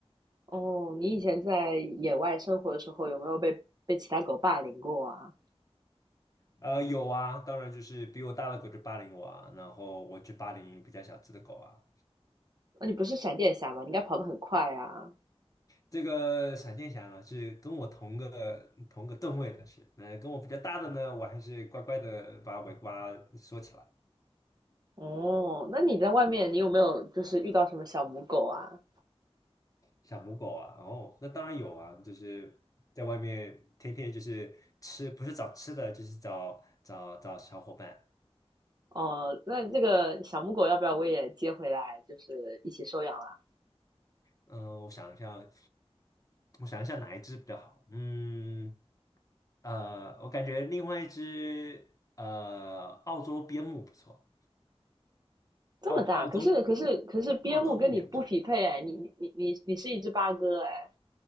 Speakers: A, on the right; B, on the left.
A: 哦，你以前在野外生活的时候有没有被被其他狗霸凌过啊？
B: 呃，有啊，当然就是比我大的狗就霸凌我啊，然后我去霸凌比较小只的狗啊。
A: 那、你不是闪电侠吗？你应该跑得很快啊。
B: 这个闪电侠呢是跟我同个同个段位的是，那跟我比较大的呢，我还是乖乖的把尾巴缩起来。
A: 哦，那你在外面你有没有就是遇到什么小母狗啊？
B: 小母狗啊，哦，那当然有啊，就是在外面天天就是吃，不是找吃的，就是找找找小伙伴。
A: 哦，那这个小母狗要不要我也接回来，就是一起收养啦？
B: 嗯、我想一下，我想一下哪一只比较好？嗯，呃，我感觉另外一只呃澳洲边牧不错，
A: 这么大，
B: 澳澳洲
A: 可是可是可是边牧跟你不匹配哎，
B: 澳洲牧羊犬。
A: 你你你你你是一只八哥哎。